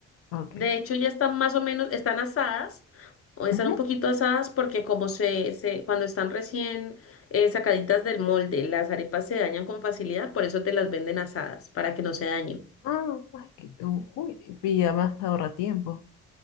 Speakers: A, on the left (about 80°); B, on the left (about 50°).
A: ah, Ok.
B: de hecho ya están más o menos, están asadas, o están
A: Ujú.
B: un poquito asadas porque como se, se cuando están recién eh, sacaditas del molde, las arepas se dañan con facilidad, por eso te las venden asadas, para que no se dañen.
A: Ah, ay, qué- u- uy, y además ahorra tiempo.